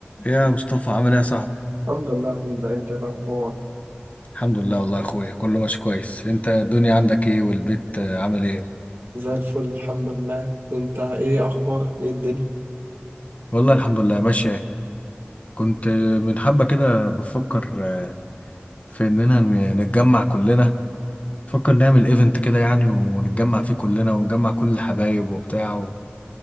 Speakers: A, on the left (about 35°); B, on the right (about 65°).
A: يا مصطفى عامل ايه يا صاحبي
B: الحمد لله من ده انت إيه الاخبار
A: الحمد لله والله يا اخويا كله ماشي كويس انت الدنيا عندك ايه والبيت آه، عامل ايه
B: زي الفل الحمد لله انت ايه اخبارك ايه الدنيا
A: والله الحمد لله ماشية كنت آه، من حبة كده بفكر آه، في اننا ن- نتجمع كلنا بفكر نعمل ايفنت كده يعني ونتجمع فيه كلنا ونجمع كل الحبايب وبتاع و-